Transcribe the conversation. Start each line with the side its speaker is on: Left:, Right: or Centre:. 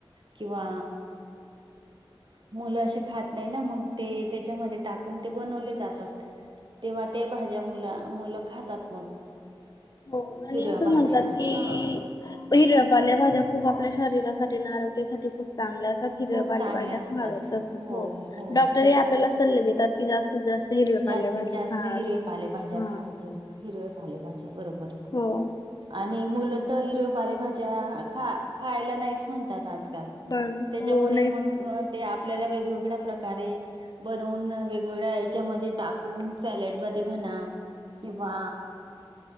Right: किंवा मुलं असे खात नाही ना मग ते त्याच्यामध्ये टाकून ते बनवले जातात तेव्हा ते भाज्या मुल मुलं खातात मग
Left: हो आणि
Right: हिरवा
Left: असं
Right: भाज्या
Left: म्हणतात की
Right: हा
Left: हिरव्या पाल्या भाज्या खूप आपल्या शरीरासाठी आणि आरोग्यासाठी खूप चांगलं असा हिर
Right: खूप
Left: भालीवाल्या
Right: चांगल्या असतात
Left: घालायचं तस
Right: हो हो
Left: तरी आपल्याला सल्ले देतात की जास्त जास्त हिरव्या
Right: जास्तीत
Left: पालेभाजी
Right: जास्त
Left: खा
Right: हिरव्या
Left: असं
Right: पालेभाज्या
Left: हा
Right: खाय हिरव्या पालेभाज्या बरोबर
Left: हो
Right: आणि मुलं तर हिरव्या पालेभाज्या खा खायला नाहीच म्हणतात आजकाल
Left: बर
Right: तेज्यामुळे
Left: हो नाही
Right: मग ते आपल्याला वेगवेगळ्या प्रकारे बनवून वेगवेगळ्या तेच्यामध्ये टाकून सॅलड मध्ये म्हणा किंवा